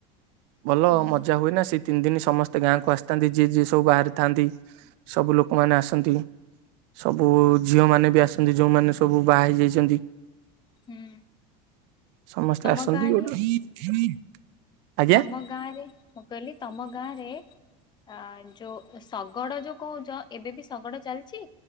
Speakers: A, on the right; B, on the left.
A: ଭଲ
B: ହୁଁ
A: ମଜା ହୁଏ ନା ଶ ତିନି ଦିନ ସମସ୍ତେ ଗାଁ କ ଆସିଥାନ୍ତି ଯିଏ ଯିଏ ସବୁ ବାହାରେ ଥାନ୍ତି ସବୁ ଲୋକମାନେ ଆସନ୍ତି। ସବୁ ଝିଅ ମାନେ ବି ଆସନ୍ତି ଯୋଉମାନେ ସବୁ ବାହା ହେଇ ଯାଇଛନ୍ତି।
B: ହୁଁ
A: ସମସ୍ତେ
B: ତମ
A: ଆସନ୍ତି।
B: ଗାଁରେ
A: ଗୋଟେ ଆଜ୍ଞା
B: ତମ ଗାଁରେ ମୁଁ କଇଲି ତମ ଗାଁ ରେ ଅ ଯୋଉ ଶଗଡ ଯୋଉ କହୁଛ ଏବେ ବି ଶଗଡ ଚାଲିଛି।